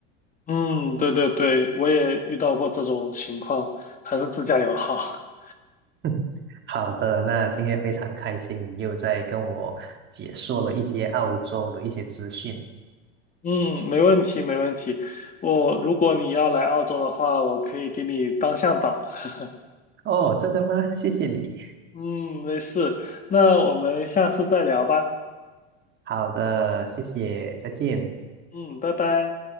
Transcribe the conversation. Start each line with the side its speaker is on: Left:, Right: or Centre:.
Left: 嗯，对对对，我也遇到过这种情况，还是自驾游好。<laughs>
Right: <laughs> 好的，那今天非常开心，你又在跟我解说了一些澳洲的一些资讯。
Left: 嗯，没问题没问题。我如果你要来澳洲的话，我可以给你当向导。<laughs>
Right: 哦，真的吗？谢谢你。
Left: 嗯，没事，那我们下次再聊吧。
Right: 好的，谢谢，再见。
Left: 嗯，拜拜。